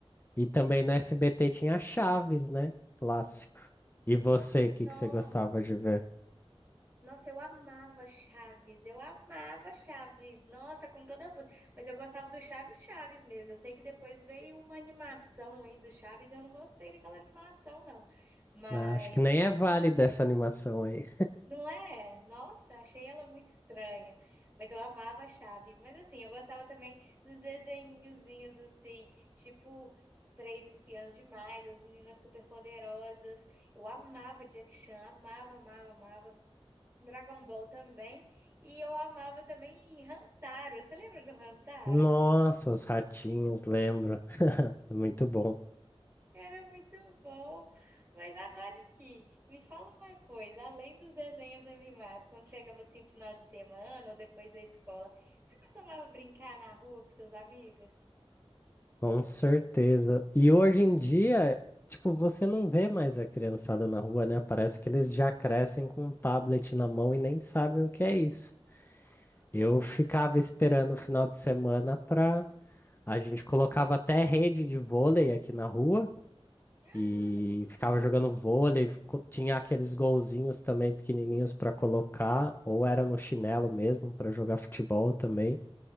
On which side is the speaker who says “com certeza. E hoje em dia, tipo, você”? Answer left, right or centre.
Left